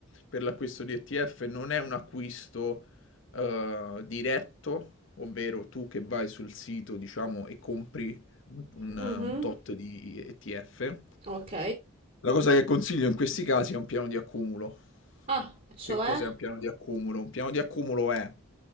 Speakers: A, on the left; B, on the right.
A: per l'acquisto di ETF non è un acquisto eh, diretto, ovvero tu che vai sul sito, diciamo, e compri un, un-
B: Mhm,
A: un tot di ETF.
B: ok.
A: La cosa che consiglio in questi casi è un piano di accumulo.
B: Ah, cioè?
A: Che cos'è un piano di accumulo? Un piano di accumulo è